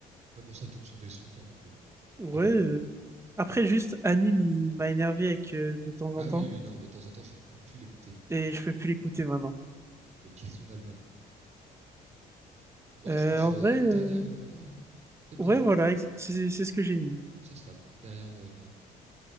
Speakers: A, on the right; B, on the right.
A: après, quand ça tombe sur des sons, t'es en mode bon,
B: Ouais.
A: c'est pas mal.
B: euh. Après, juste, Anime, il m'a énervé avec euh, de temps
A: Ah
B: en temps,
A: oui, oui, non, mais de temps en temps, je ne peux plus l'écouter.
B: et je peux plus l'écouter maintenant.
A: C'est le pire son de l'album. Bon,
B: Euh,
A: je pense
B: en
A: euh,
B: vrai... euh,
A: derrière Ouai Renoir, hein. peut-être
B: Ouais,
A: devant.
B: voilà, ex- c'est c'est ce que j'ai mis.
A: Ça se tape, derrière Ouai Renoir.